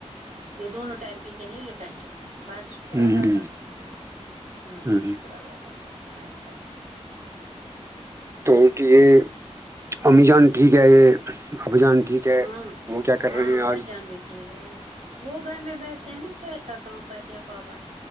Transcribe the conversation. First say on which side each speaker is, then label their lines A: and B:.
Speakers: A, on the right; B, on the right.
A: یہ دونوں ٹائم پیتے نا ل ٹائنچا بس شکر
B: باقی
A: اللہ کا ہاں
B: ہوں
A: شکر اللہ کا اچھا
B: توٹ یہ امی جان ٹھیک ہے یہ ابھی جان ٹھیک ہے
A: ہاں
B: وہ کیا کر
A: ہاں
B: رہے ہیں
A: بھائی
B: آج
A: جان بیٹ جی وہ گھر میں بیٹھتے ہیں نا کھیت کا کام کرتے ہیں پاپا